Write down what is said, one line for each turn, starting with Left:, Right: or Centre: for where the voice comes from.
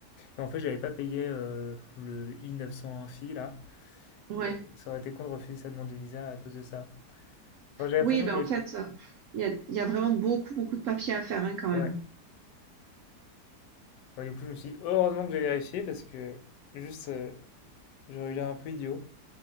Left: Et en fait, j'avais pas payé, heu, le I-901 Phi là
Right: Ouais.
Left: et heu, ça aurait été con de refuser sa demande de visa à cause de ça. Enfin, j'avais
Right: Oui,
Left: l'impression
Right: ben
Left: Mmh qu'il
Right: en
Left: y avait
Right: fait, euh, il y a, il y a vraiment beaucoup, beaucoup de papiers à faire hein, quand même.
Left: ouais, ouais. Ouais, du coup, je me suis dit: «Heureusement que j'ai vérifié» parce que juste, heu, j'aurais eu l'air un peu idiot.